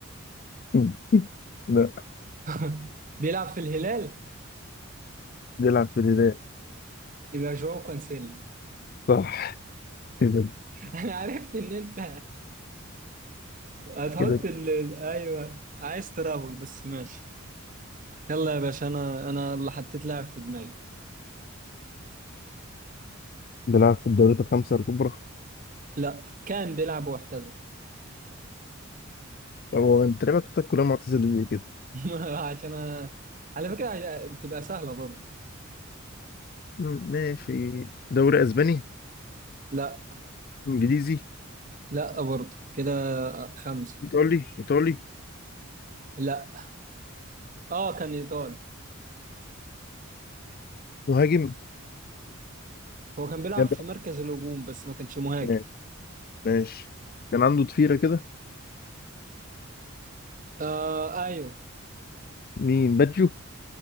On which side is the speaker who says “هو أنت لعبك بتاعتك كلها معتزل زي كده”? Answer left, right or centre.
Left